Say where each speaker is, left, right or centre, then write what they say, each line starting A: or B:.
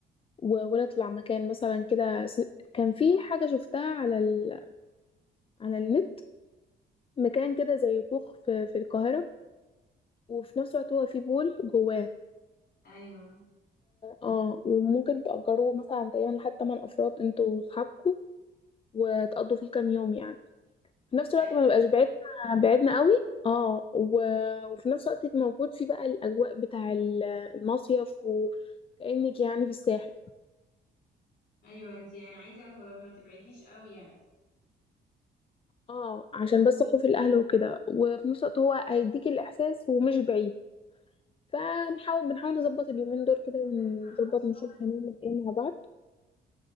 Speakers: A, on the left; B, on the left.
A: و- ونطلع مكان مثلا كده س- كان في حاجه شفتها على ال... على النت مكان كده زي كوخ في... في القاهره وفي نفس الوقت هو فيه بول جواه
B: أيوه
A: اه وممكن تأجروه مثلا تقريبا لحد 8 افراد انتوا وصحابكم وتقضوا فيه كام يوم يعني في نفس الوقت
B: أيوه
A: ما نبقاش بعدنا بعدنا قوي اه و... وفي نفس الوقت يبقى موجود فيه بقى الاجواء بتاع ال- المصيف وكأنك يعني في الساحل
B: أيوه انتي يعني عايزة ما ما تبعديش قوي يعني
A: اه عشان بس خوف الاهل وكده وفي نفس الوقت هو هيديك الاحساس ومش بعيد فنحاول بنحاول نظبط اليومين
B: طالما
A: دول
B: هتتجمعي
A: كده ونظبط
B: مع أصحابك
A: نشوف هنعمل ايه مع بعض